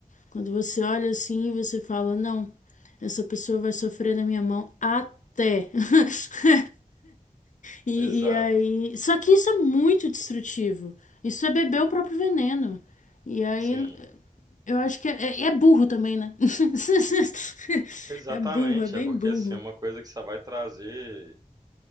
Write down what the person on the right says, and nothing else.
exato.
Sim.
Exatamente,
é porque
assim, é uma coisa que só vai trazer